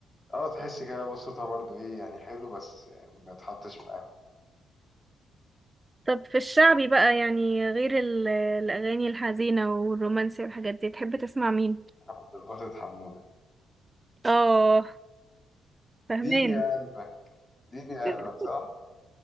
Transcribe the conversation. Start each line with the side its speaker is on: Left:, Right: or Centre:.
Left: اه تحس كده بصوتها برضو ايه يعني حلو بس ما تحطش معاهم
Right: طب في الشعبي بقى يعني غير ال... الأغاني الحزينة والرومانسي والحاجات دي تحب تسمع مين؟
Left: عبد الباسط حمودة
Right: آه فهمان
Left: ديني يا قلبك ديني يا
Right: <laughs>
Left: قلبك صح